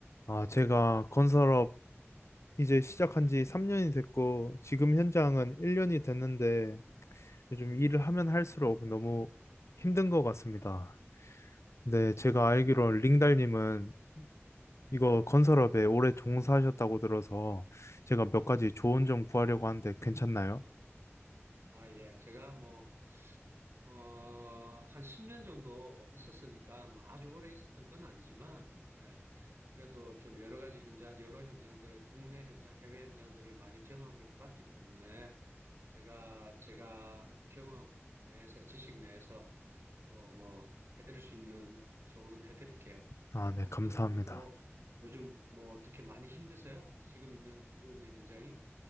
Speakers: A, on the left; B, on the right.
A: 아, 제가 건설업 이제 시작한 지 3년이 됐고, 지금 현장은 1년이 됐는데, 요즘 일을 하면 할수록 너무 힘든 것 같습니다. 근데 제가 알기로 링달님은 이거 건설업에 오래 종사하셨다고 들어서 제가 몇 가지 조언 좀 구하려고 하는데 괜찮나요?
B: 아, 예. 제가 뭐, 어, 한 10년 정도 있었으니까 뭐 아주 오래 있었던 건 아니지만, 예. 그래도 좀 여러 가지 현장, 여러 현장들, 국내 현장, 해외 현장들을 많이 경험을 해봤기 때문에 제가, 제가 경험 내에서, 지식 내에서 또 뭐 해드릴 수 있는 조언은 해드릴게요.
A: 아, 네,
B: 어,
A: 감사합니다.
B: 근데 뭐, 요즘 뭐 어떻게 많이 힘드세요? 지금 있는, 하고 있는 현장이?